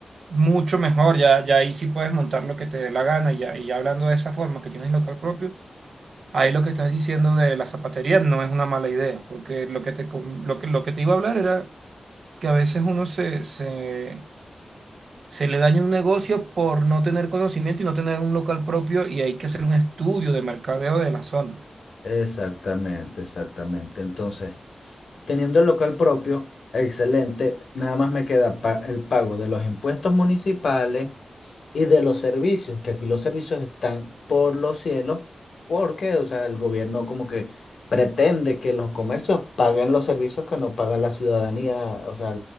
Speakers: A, on the right (about 75°); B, on the left (about 75°).
A: mucho mejor, ya, ya ahí sí puedes montar lo que te dé la gana y ya, y ya hablando de esa forma que tienes local propio, ahí lo que estás diciendo de la zapatería no es una mala idea, porque lo que te, com- lo que, lo que te iba a hablar era que a veces uno se, se, se le daña un negocio por no tener conocimiento y no tener un local propio y hay que hacer un estudio de mercadeo de la zona.
B: Exactamente, exactamente. Entonces, teniendo el local propio, excelente, nada más me queda pa- el pago de los impuestos municipales y de los servicios, que aquí los servicios están por los cielos, porque, o sea, el gobierno como que pretende que los comercios paguen los servicios que no paga la ciudadanía, o sea,